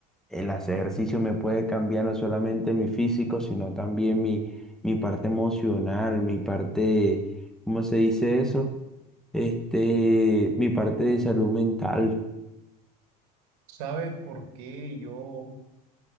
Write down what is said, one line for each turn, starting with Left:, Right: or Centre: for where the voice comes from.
Centre: el hacer ejercicio me puede cambiar no solamente mi físico, sino también mi, mi parte emocional, mi parte, ¿cómo se dice eso? este, mi parte de salud mental.
Right: ¿Sabes por qué yo